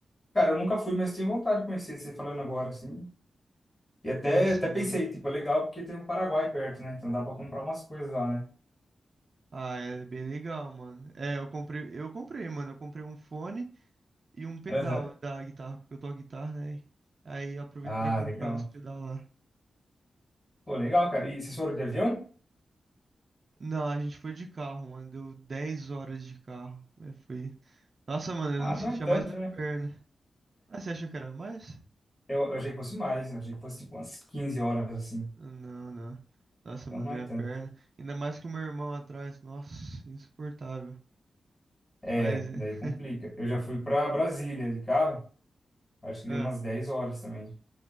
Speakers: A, on the left; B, on the right.
A: Cara, eu nunca fui, mas tenho vontade de conhecer você falando agora, assim. E até,
B: Nossa,
A: até pensei,
B: mano.
A: tipo, é legal porque tem um Paraguai perto, né? Então dá pra comprar umas coisas lá, né?
B: Ah, é bem legal, mano. É, eu comprei, eu comprei, mano, eu comprei um fone. e um pedal
A: Aham.
B: da guitarra, porque eu toco guitarra, né? Aí eu aproveito
A: Ah,
B: pra comprar
A: legal.
B: os pedal lá.
A: Pô, legal, cara. E vocês foram de avião?
B: Não, a gente foi de carro, mano. Deu 10 horas de carro. né, Foi. Nossa, mano,
A: Ah,
B: eu não sentia
A: não é tanto,
B: mais minha
A: né?
B: perna. Ah, você achou que era mais?
A: Eu, eu achei que fosse mais, eu achei que fosse tipo umas 15 horas assim.
B: Não, não. Nossa,
A: Então
B: mano,
A: não
B: minha
A: é tanto.
B: perna. Ainda mais que o meu irmão atrás. Nossa, insuportável.
A: É,
B: Mas é.
A: daí complica.
B: <laughs>
A: Eu já fui pra Brasília de carro, acho que
B: Ah,
A: deu umas 10 horas também.